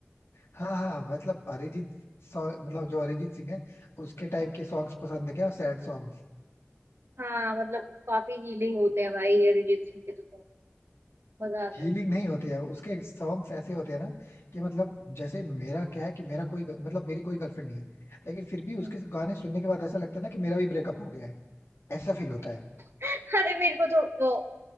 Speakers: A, on the left; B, on the right.
A: हाँ हाँ हाँ, मतलब अरिजीत सॉ- मतलब जो अरिजीत सिंह है उसके टाइप के सॉन्ग्स पसंद है क्या Sad songs
B: हाँ मतलब काफी हीलिंग होते हैं भाई अरिजीत सिंह के तो song। मजा आता
A: हीलिंग
B: है सुनकर
A: नहीं होते हैं उसके सॉन्ग्स ऐसे होते हैं ना कि मतलब जैसे मेरा क्या है कि मेरा कोई मतलब मेरी कोई गर्लफ्रेंड नहीं है लेकिन फिर भी
B: हम्म।
A: उसके गाने सुनने के बाद ऐसा लगता है ना कि मेरा भी ब्रेकअप हो गया है ऐसा फील होता है
B: <laughs> अरे मेरे को तो वो